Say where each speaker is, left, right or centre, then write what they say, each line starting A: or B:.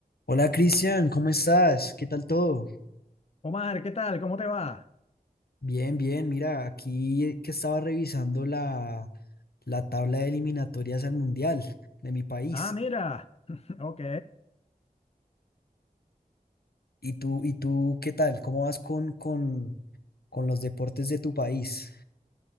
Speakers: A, on the left; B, on the left.
A: Hola Cristian, ¿cómo estás? ¿Qué tal todo?
B: Omar, ¿qué tal? ¿Cómo te va?
A: Bien, bien. Mira, aquí que estaba revisando la, la tabla de eliminatorias al Mundial de mi país.
B: Ah, mira. <laughs> Ok.
A: ¿Y tú, y tú qué tal? ¿Cómo vas con, con, con los deportes de tu país?